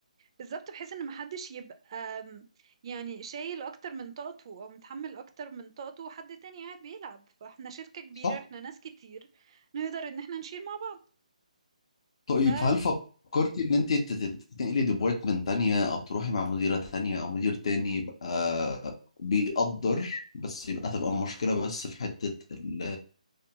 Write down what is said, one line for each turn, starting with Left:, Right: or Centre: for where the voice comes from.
Right: بالظبط بحيث ان محدش يبقى م، يعني شايل اكتر من طاقته او متحمل اكتر من طاقته وحد تاني قاعد بيلعب فاحنا شركة كبيرة
Left: صح
Right: احنا ناس كتير نقدر ان احنا نشيل مع بعض
Left: طيب
Right: ففضل
Left: هل فكرتي ان انت تت- تنقلي ديبارتمنت تانية او تروحي مع مديرة تانية او مدير تاني يبقى بيقدر بس يبقى تبقى المشكلة بس في حتة ال...